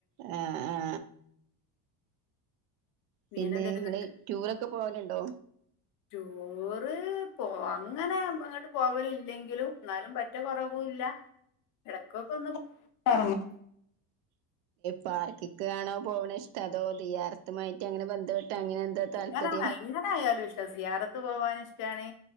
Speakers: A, on the right; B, on the left.
A: ആ ആ
B: മീൻ
A: പിന്നെ
B: എന്തേലും
A: നിങ്ങള് ടൂറൊക്കെ പോവാലു ണ്ടോ
B: ടുറ് പോ അങ്ങനെ അങ്ങോട്ട് പോവല ഇല്ലെങ്കിലും എന്നാലും പറ്റ കൊറവല്ല ഇടക്കൊക്കെ ഒന്ന്കറങ്ങും
A: പാർക്കക്കാണോ പോവണ ഇഷ്ട അതോ ദീ്യാർത്തമായിട്ട് അങ്ങനെ ബന്ധപ്പെട്ട് ട്ട് അങ്ങനെ എന്താ താല്പര്യം.
B: എങ്ങനെ എങ്ങനെ ആയാലും സിയാറത്ത് പോകൻ ഇഷ്ടമാണ്